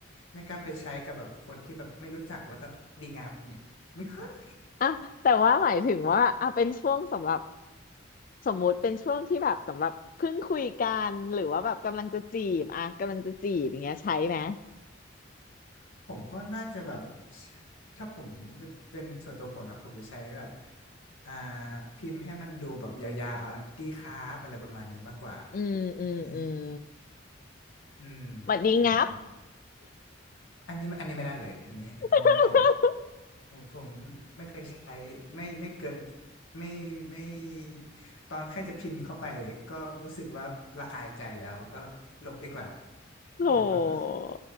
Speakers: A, on the left; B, on the left.
A: ไม่กล้าไปใช้กับแบบคนที่แบบไม่รู้จักแล้วก็ดีงามเนี่ยไม่เคย
B: อ่ะแต่ว่าหมายถึงว่าอ่ะเป็นช่วงสำหรับ สมมุติเป็นช่วงที่แบบสำหรับเพิ่งคุยกันหรือว่าแบบกำลังจะจีบอะกำลังจะจีบอย่างเงี้ยใช้ไหม
A: <laughs> ผมก็น่าจะแบบ ถ้าผมจะเป็นส่วนตัวผมนะผมจะใช้แบบอ่าพิมพ์ให้มันดูแบบยาวๆอ่ะดีครับอะไรประมาณนี้มากกว่า
B: อืมอืมอืม
A: ไม่อืม
B: บัดดีงับ
A: ผมอันนี้อันนี้ไม่ได้เลยอันนี้อันนี้ไม่ได้เลย
B: <laughs>
A: ผมผมไม่เคยใช้ไม่ไม่เกินไม่ไม่ตอนแค่จะพิมพ์เข้าไปก็รู้สึกว่าละอายใจแล้วก็ลบดีกว่า
B: โห
A: <laughs>